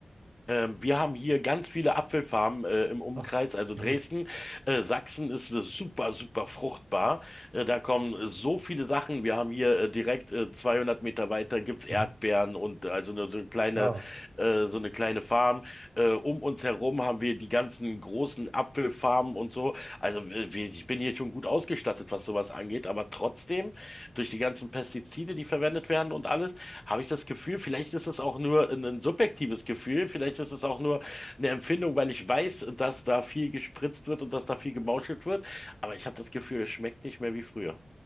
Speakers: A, on the left; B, on the right.
A: Ähm, wir haben hier ganz viele Apfelfarmen äh, im Umkreis,
B: Ach,
A: also
B: wie
A: Dresden.
B: gut.
A: Äh, Sachsen ist äh, super, super fruchtbar. Äh, da kommen äh, so viele Sachen. Wir haben hier äh, direkt äh, 200 Meter weiter gibt's Erdbeeren
B: Mhm.
A: und äh, also eine, so eine kleine,
B: Wow.
A: äh, so eine kleine Farm. Äh, um uns herum haben wir die ganzen großen Apfelfarmen und so. Also äh, wir- ich bin hier schon gut ausgestattet, was sowas angeht, aber trotzdem durch die ganzen Pestizide, die verwendet werden und alles, habe ich das Gefühl, vielleicht ist es auch nur ein, ein subjektives Gefühl, vielleicht ist es auch nur eine Empfindung, weil ich weiß, dass da viel gespritzt wird und dass da viel gemauschelt wird, aber ich habe das Gefühl, es schmeckt nicht mehr wie früher.